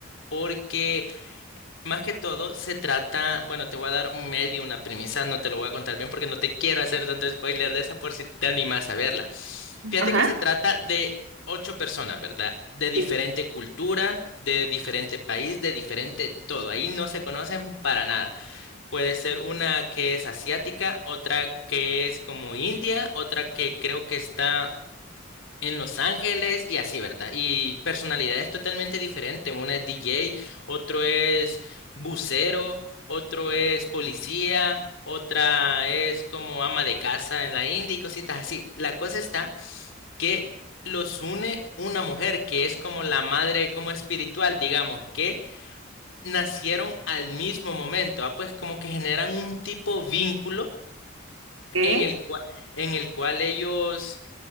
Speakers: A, on the left; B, on the right.
A: Porque más que todo se trata, bueno, te voy a dar medio una premisa, no te lo voy a contar bien porque no te quiero hacer tanto spoiler de esa por si te animas a verla. Fíjate
B: Ajá,
A: que se trata de ocho personas, ¿verdad? De
B: sí.
A: diferente cultura, de diferente país, de diferente todo. Ahí no se conocen para nada. Puede ser una que es asiática, otra que es como India, otra que creo que está en Los Ángeles y así, ¿verdad? Y personalidades totalmente diferentes. Una es DJ, otro es bucero, otro es policía, otra es como ama de casa en la India y cositas así. La cosa está que los une una mujer que es como la madre, como espiritual, digamos, que nacieron al mismo momento, ah, pues como que generan un tipo vínculo
B: ¿Qué?
A: en el cual, en el cual ellos